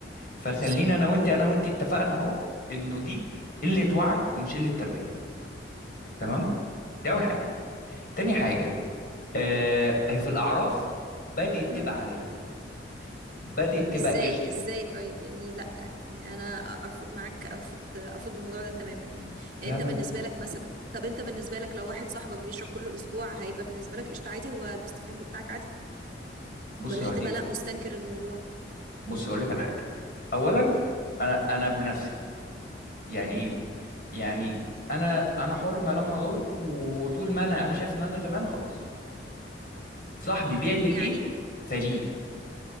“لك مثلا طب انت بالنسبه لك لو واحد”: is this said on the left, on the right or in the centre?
Right